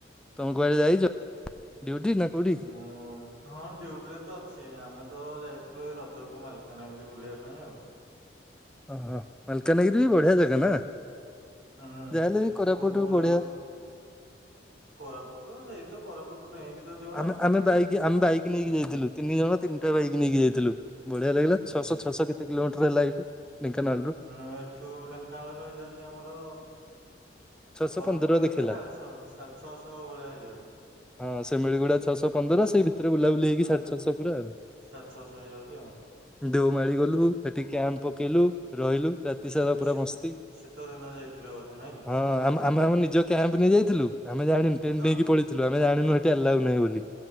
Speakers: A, in the centre; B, on the right (about 80°).
A: ତମେ କୁଆଡେ ଯାଇଛ? ଡ୍ୟୁଟି ନା କୋଉଠି
B: ମୁଁ, ହଁ ଡୁଟିରେ ତ ଅଛି ଆମେ ତ ଯାଇ ଥିଲୁ ଏଇ ରଜକୁ ମାଲକାନାଗିରି ବୁଲିବା ପାଇଁ ଆଉ।
A: ଓହୋ ମାଲକାନଗିରି ବି ବଢ଼ିଆ ଜାଗା ନା।
B: ହୁଁ,
A: ଯାହାହେଲେ
B: ସେଠୁ
A: ବି କୋରାପୁଟ
B: ବହୁତ ବଡ
A: ବଢିଆ
B: କୋରାପୁଟୁ ସେଇତ କୋରାପୁଟୁ ଡେଇଁକି ତ ଯିବ ମାଲକାନଗିରି
A: ଆମେ ଆମେ ବାଇକ
B: ଆଉ
A: ଆମେ ବାଇକ ନେଇକି ଯାଇଥିଲୁ। ତିନିଜଣ ତିନିଟା ବାଇକ ନେଇକି ଯାଇଥିଲୁ। ବଢିଆ ଲାଗିଲା
B: ଆଚ୍ଛା
A: ଛଶହ ଛଅଶହ କେତେ କିଲୋମଟର ହେଲା ଏଇଠୁ। ଢେଙ୍କାନାଳରୁ
B: ହୁଁ ଏଠୁ ଢେଙ୍କାନାଳରୁ ହେଇଯାଉଛି ଆମର
A: ଛଅଶହ
B: କୋରାପୁଟୁ
A: ପନ୍ଦର
B: ହେଲେ
A: ଦେଖେଇଲା
B: ସାଢେ ଛଅ ସାଢେ ଛଅଶହ ଭଳିଆ ହେଇଯାଉଛି।
A: ହଁ ସେମିଳିଗୁଡା ଛଅଶହ ପନ୍ଦର। ସେଇ ଭିତରେ ବୁଲାବୁଲି ହେଇକି
B: ହୁଁ
A: ସାଢେ
B: ହୁଁ
A: ଛଅଶହ ପୁର ଆଉ।
B: ସାଢେ ଛଅଶହ ହେଇଯାଉଛି ଆଉ।
A: ଦେଉମାଳି ଗଲୁ ସେଠିକି କ୍ୟାମ୍ ପକେଇଲୁ ରହିଲୁ। ରାତି ସାରା
B: ଏ
A: ପୁରା
B: ଶୀତଦିନ
A: ମସ୍ତି
B: ଯାଇଥିଲେ ବୋଧେ ନାଇଁ କି
A: ହଁ ଆ ଆମେ ଆମେ ନିଜ କ୍ୟାମ୍ପ ନେଇ ଯାଇଥିଲୁ ଆମେ ଜାଣିନୁ ଟେଣ୍ଟେ
B: ହଁ
A: ନେଇକି ପଳେଇଥିଲୁ। ଆମେ ଜାଣିନୁ ଏଠି ଆଲାଉ ନାହିଁ ବୋଲି